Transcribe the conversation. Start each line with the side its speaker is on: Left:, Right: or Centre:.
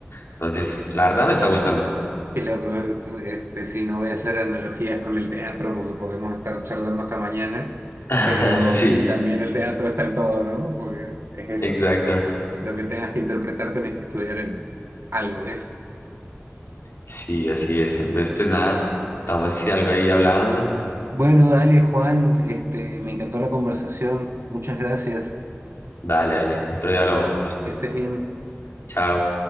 Left: Entonces, la verdad me está gustando.
Right: Qué loco, este, sí, no voy a hacer analogías con el teatro porque podemos estar charlando hasta mañana,
Left: <laughs>
Right: pero
Left: Sí,
Right: sí, también el teatro está en todo, ¿no? Porque es eso,
Left: exacto.
Right: lo que tengas que interpretar tenés que estudiar en algo de eso.
Left: Sí, así es. Entonces, pues nada, estamos si algo ahí hablando.
Right: Bueno, dale, Juan, este, me encantó la conversación, muchas gracias,
Left: Dale, dale. Otro día hablamos.
Right: que estés bien.
Left: Chao.